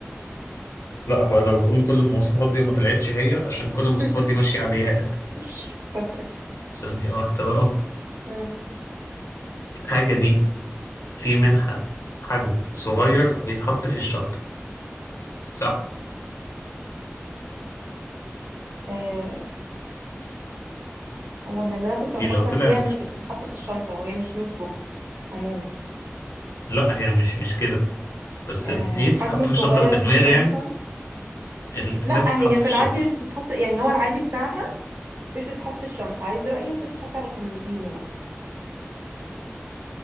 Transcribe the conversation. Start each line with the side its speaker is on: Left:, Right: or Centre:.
Left: لا هو لو بقول كل المواصفات دي وما طلعتش هي عشان كل
Right: <laughs>
Left: المواصفات دي ماشية عليها يعني
Right: سترك
Left: ثانية واحدة بقى
Right: آه.
Left: الحاجة دي في منها حجم صغير بيتحط في الشنطة صح؟
Right: آه، هو ان اللي انا كنت بفكر
Left: دي لو طلعت
Right: فيها مش بتتحط في الشنطة وهي مش نوت بوك عموما
Left: لا هي مش مش كده بس
Right: آه،
Left: ال- دي
Right: حجم
Left: تتحط
Right: صغير
Left: في الشنطة اللي في دماغي
Right: في الشنطة
Left: يعني اللي في
Right: لا
Left: دماغي بتتحط
Right: هي في
Left: في الشنطة
Right: العادي مش بتتحط يعني هو العادي بتاعها مش بتتحط في الشنطة عايز رأيي ممكن تتحط على كومودينو مثلا